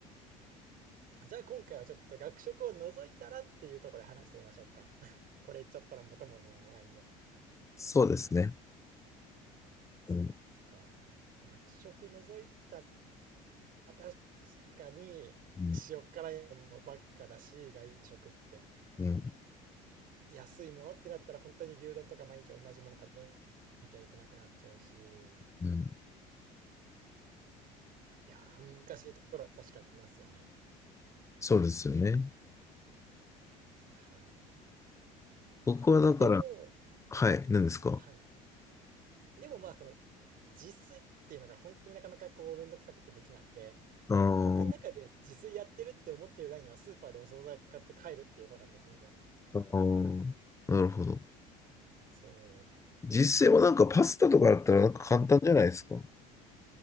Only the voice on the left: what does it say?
そうですね。
うん。
うん。
うん。
うん
そうですよね。
僕はだから、
はい、何ですか。
あー
あー、なるほど。
実際はなんかパスタとかだったらなんか簡単じゃないですか。